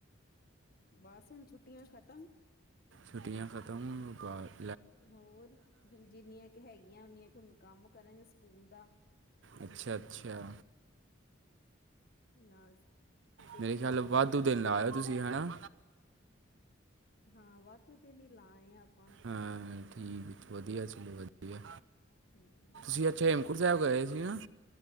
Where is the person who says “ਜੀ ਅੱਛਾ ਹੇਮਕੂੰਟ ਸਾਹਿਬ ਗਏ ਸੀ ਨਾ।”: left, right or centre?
Right